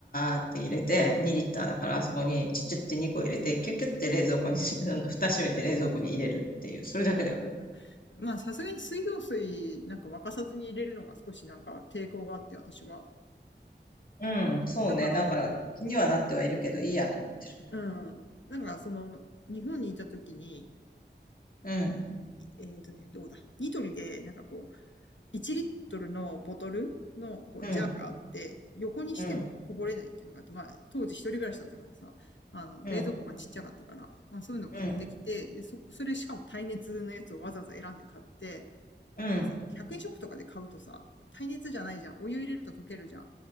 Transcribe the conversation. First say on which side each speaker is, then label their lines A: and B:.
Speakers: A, on the left; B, on the left.
A: ーって入れて、2リッターだから、あそこにちっちゃって2個入れて、キュッキュッて冷蔵庫にし、あの蓋閉めて冷蔵庫に入れるっていう、それだけだよ。
B: あのまあ、さすがに水道水なんか沸かさずに入れるのが少しなんか抵抗があって、私は。
A: うん、そうね、
B: だから、
A: なんか、気にはなってはいるけど、いいやと思って
B: うん。なんか、その、日本にいた時に、
A: る。う
B: いえっとね、どうだ。ニトリで、なんかこう、1リットルのボトルのこうジャーがあって、
A: ん、うん、
B: 横にしてもこぼれないっていうのがあって、
A: うん、
B: まあ、当時一人暮らしだったからさ、あの、
A: うん、
B: 冷蔵庫がちっちゃかったから、まあそういうのを買ってきて、
A: うん、
B: でそ、それしかも耐熱のやつをわざわざ選んで買って、
A: うん、
B: なんかさ、100円ショップとかで買うとさ、耐熱じゃないじゃん。お湯入れると溶けるじゃん。